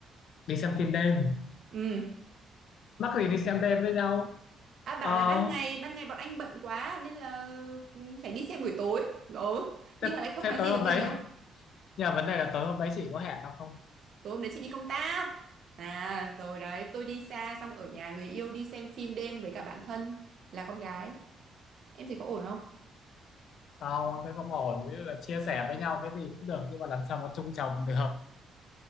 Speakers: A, on the left (about 70°); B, on the right (about 60°).
A: đi xem phim đêm
B: ừ
A: mắc gì đi xem đêm với nhau
B: à bảo
A: ờ
B: là ban ngày ban ngày bọn anh bận quá nên là ừ, phải đi xem buổi tối ừ nhưng
A: thế,
B: mà lại không
A: thế
B: nói gì
A: tối
B: với
A: hôm
B: người
A: đấy
B: yêu
A: nhưng mà vấn đề là tối hôm đấy chị có hẹn nó không
B: tối hôm đấy chị đi công tác à rồi đấy tôi đi xa xong ở nhà người yêu đi xem phim đêm với cả bạn thân là con gái em thấy có ổn không
A: không thế không ổn ví dụ là chia sẻ với nhau cái gì cũng được nhưng mà làm sao mà chung chồng được